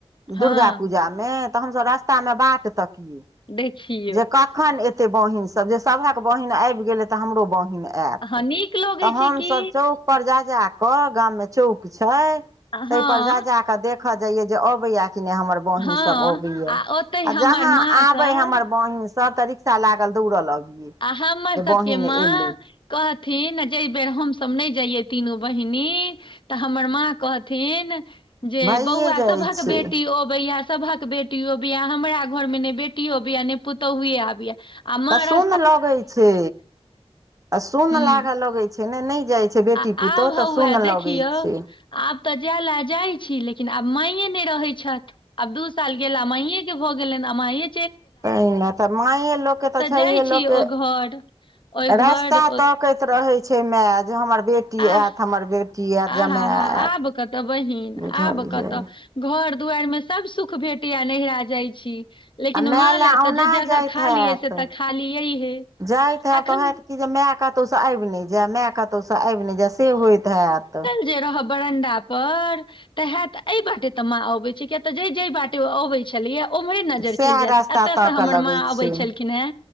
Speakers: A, on the left; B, on the right.
A: हँ
B: दुर्गा पूजा मे तऽ हमसभ रस्ता मे बाट तकियए
A: देखिी
B: जे कखन एते बहिन सब जे सभह के बहिन आबि गेले ते हमरो बहिन आयत
A: हँ नीक लगै
B: त हमसब
A: छै कि
B: चौक पर जा जा कऽ गाम मे चौक छै
A: हँ
B: ता पर जा जा कऽ देख देखऽ जाइया जे अबैया कि ने हमर बहिन
A: हँ
B: सब अबैया
A: आ ओतहि
B: आ
A: हमर
B: जहााँ
A: माँ
B: आबे
A: सब
B: हमर बहिन सब तऽ रिक्शा लागल दौड़ल अबियै
A: आ हमर
B: जे
A: सबके
B: बहिन
A: माँ
B: एलै
A: कहथिन जे बेर हमसभ नहि जाइये तीनू बहिनी तऽ हमर माँ कहथिन जे
B: भइए
A: बौआ
B: जाइ
A: सभक
B: छै
A: बेटी अबैया सभक बेटी बेटियो बिया हमरा घर मे ने बेटियो बय ने पुतोहुे आबैया आ माँ
B: तऽ
A: र
B: सुन्न लगै छै आ सुन
A: हूँ
B: लागे लगै छै ने नहि जाइ बेटी
A: आ
B: पुतोह
A: आब
B: तऽ
A: हौआ
B: सुन
A: देखियौ
B: लगै छै।
A: आब तऽ जाय ला जाइ छी लेकिन आब माइये नहि रहै छथि आब दू साल गेला मइये के भऽ गेलनि अमाय
B: एहि ने तऽ मायए लोकके तऽ छए
A: जाइ छी
B: लोकके
A: ओ घर ओहि
B: रास्ता
A: घर
B: तकैत रहैत छै माय जे हमर बेटी
A: आह
B: आयत हमर बेटी आयत
A: आहा
B: जमाय
A: हा
B: आयत
A: आब कतऽ बहिन
B: बुझलियै
A: आब कतऽ घर दुआर मे सब सुख भेटैया नहिरा जाइ छी लेकिन
B: आ माय
A: माँ
B: लए
A: ले
B: औना
A: तऽ जे जगह
B: जाइत
A: खाली
B: हैत
A: यए से तऽ खाली यहिहे
B: जाइत हैत
A: अखन
B: तऽ हैत कि जे माय कतहु से आबि नहि जाय माय कतहु से आबि नहि जाय से होइत हैत
A: ज रह बरंडा पर, ते हेत ए बाटे ते माँ अबे छै, किया ते जै- जै बाटे अबे छलियै, ओम्हर नजर
B: सएह
A: चलि जायत,
B: रास्ता
A: एतयसँ
B: ताकऽ
A: हमर
B: लगै
A: माँ अबै
B: छै
A: छलखिन हेँ।